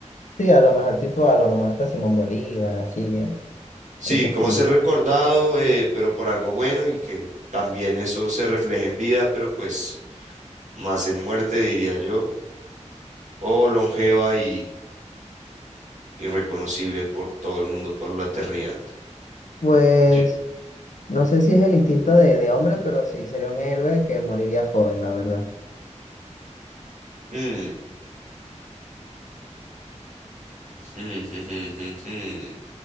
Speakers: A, on the left; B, on the right.
A: Sí, a lo mejor tipo, a lo mejor hasta Simón Bolívar, así, eh,
B: Sí,
A: ese
B: como
A: estilo.
B: ser recordado, eh, pero por algo bueno y que también eso se refleje en vida, pero pues más en muerte, diría yo, o longeva y irreconocible por todo el mundo, por la eternidad.
A: Pues
B: Sí.
A: no sé si es el instinto de, de hombre, pero sí, sería un héroe que moriría joven, la verdad.
B: Mm, mm, mm, mm, mm. mm.